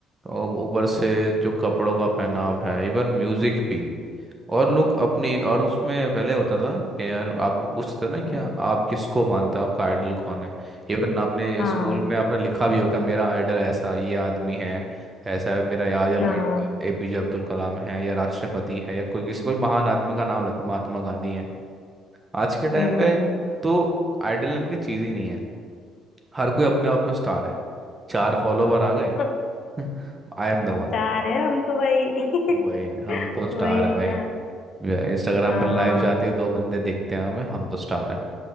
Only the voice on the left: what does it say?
हम्म,
हाँ
हाँ
हम्म
हम्म
<laughs>
चार है हम तो भाई <laughs>
वही
ना
हाँ